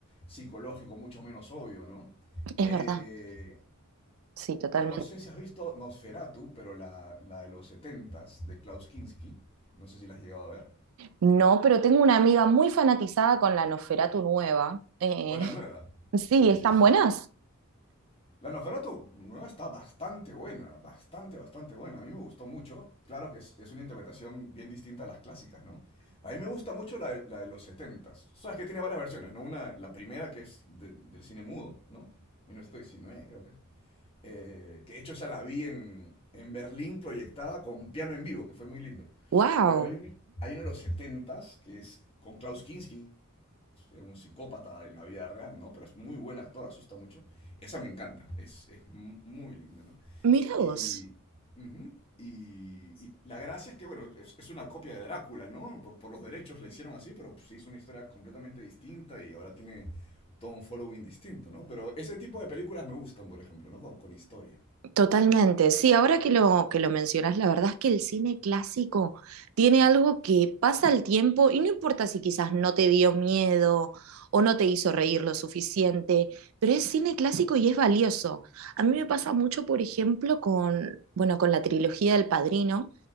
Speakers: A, on the left; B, on the right.
A: psicológico, mucho menos obvio, ¿no?
B: Es
A: Eh,
B: verdad, sí, totalmente.
A: no, no sé si has visto Nosferatu, pero la, la de los setentas de Klaus Kinski. No sé si la has llegado a ver.
B: No, pero tengo una amiga muy fanatizada con la Nosferatu nueva. Eh,
A: O la nueva.
B: <laughs> sí,
A: Sí,
B: están
A: sí, sí,
B: buenas.
A: sí. La novela tu- nueva está bastante buena, bastante, bastante buena. A mí me gustó mucho. Claro que es, es una interpretación bien distinta a las clásicas, ¿no? A mí me gusta mucho la, de- la de los setentas. Sabes que tiene varias versiones, ¿no? Una, la primera que es de- del cine mudo, ¿no? 1919 creo que es. Eh, que de hecho esa la vi en, en Berlín proyectada con piano en vivo, que fue muy lindo.
B: Wow.
A: Pero hay, un, hay uno de los setentas que es con Klaus Kinski, era un psicópata en la vida real, ¿no? Pero es muy buen actor, asusta mucho. Esa me encanta, es, es mu- muy linda, ¿no?
B: Mira
A: Y,
B: vos.
A: ujú, y, y la gracia es que, bueno, es, es una copia de Drácula, ¿no? Por, por los derechos la hicieron así, pero pues, se hizo una historia completamente distinta y ahora tiene todo un following distinto, ¿no? Pero ese tipo de películas me gustan, por ejemplo, ¿no? Con, con historia.
B: Totalmente, sí, ahora que lo, que lo mencionas, la verdad es que el cine clásico tiene algo que pasa el tiempo y no importa si quizás no te dio miedo o no te hizo reír lo suficiente, pero es cine clásico y es valioso. A mí me pasa mucho, por ejemplo, con, bueno, con la trilogía del Padrino.